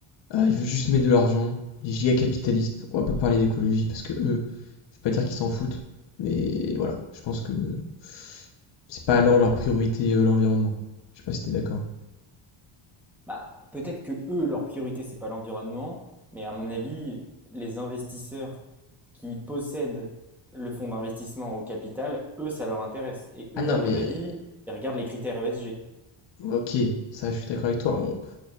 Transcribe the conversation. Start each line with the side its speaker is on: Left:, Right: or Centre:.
Left: euh, il veut juste mettre de l'argent. Il est giga capitaliste. On va pas parler d'écologie parce que eux, je vais pas dire qu'ils s'en foutent, mais voilà, je pense que c'est pas allant leur priorité euh, l'environnement. Je sais pas si t'es d'accord.
Centre: Bah, peut-être que eux, leur priorité, c'est pas l'environnement, mais à mon avis, les investisseurs qui possèdent le fonds d'investissement au capital, eux, ça leur intéresse. Et
Left: Ah
Centre: eux,
Left: non,
Centre: à
Left: mais
Centre: mon avis, ils regardent les critères ESG.
Left: ok, ça je suis d'accord avec toi. On-